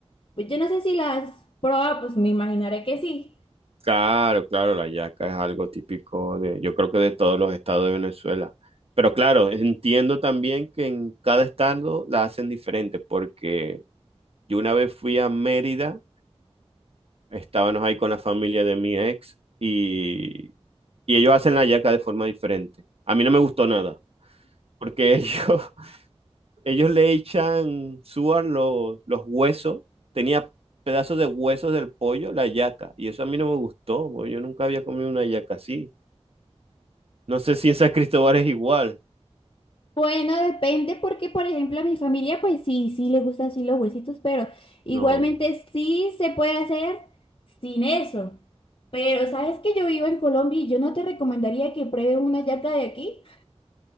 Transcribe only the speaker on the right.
Claro, claro, la yaca es algo típico de, yo creo que de todos los estados de Venezuela. Pero claro, entiendo también que en cada estado la hacen diferente, porque yo una vez fui a Mérida, estábamos ahí con la familia de mi ex y, y ellos hacen la yaca de forma diferente. A mí no me gustó nada, porque ellos, <laughs> ellos le echan suar los, los huesos, tenía pedazos de huesos del pollo, la yaca, y eso a mí no me gustó, porque yo nunca había comido una yaca así. No sé si en San Cristóbal es igual.
No.